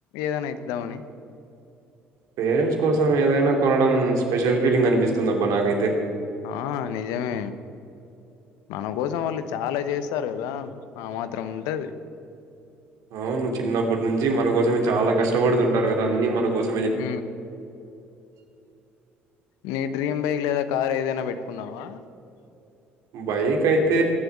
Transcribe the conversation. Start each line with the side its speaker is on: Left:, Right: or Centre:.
Left: ఏదైనా ఇద్దామని
Right: పేరెంట్స్ కోసం ఏదైనా కొనడం స్పెషల్ ఫీలింగ్ అనిపిస్తుంది అబ్బా నాకైతే
Left: ఆ నిజమే మన కోసం వాళ్ళు చాలా చేస్తారు కదా ఆ మాత్రం ఉంటది
Right: అవును చిన్నప్పటి నుంచి మనకోసమే చాలా కష్టపడుతుంటారు కదా అన్నీ మనకోస్
Left: ఊ నీ డ్రీమ్ బైక్ లేదా కార్ ఏదైనా పెట్టుకున్నావా
Right: బైక్ అయితే